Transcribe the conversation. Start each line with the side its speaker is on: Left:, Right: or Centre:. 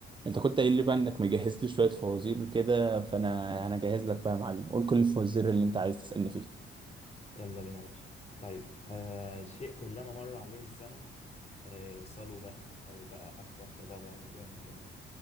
Right: انت كنت قايل لي بقى انك مجهز لي شويه فوازير كده فانا انا جاهز لك بقى يا معلم قول كل الفوازير اللي انت عايز تسالني فيه
Left: يلا بينا يا باشا طيب آه شيء كلما مر عليه الزمن آه صلب او بقى اكثر صلابة يعني جاية من الكلمة دي